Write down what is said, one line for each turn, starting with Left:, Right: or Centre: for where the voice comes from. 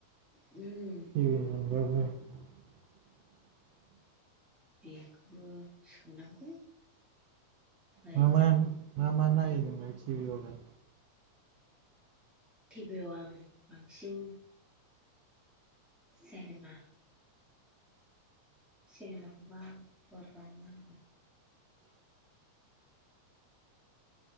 Centre: उम
Right: टिभि <unintelligible> <inaudible>
Centre: बेखौबो सोनांगौ। ओरै
Right: मा मा
Centre: जों
Right: मा मा नायो नोंलाय टिभि आवलाय?
Centre: टिभियाव आं बांसिन सेनेमा। सिनेमाखौबा बर'आव मा होनगोन?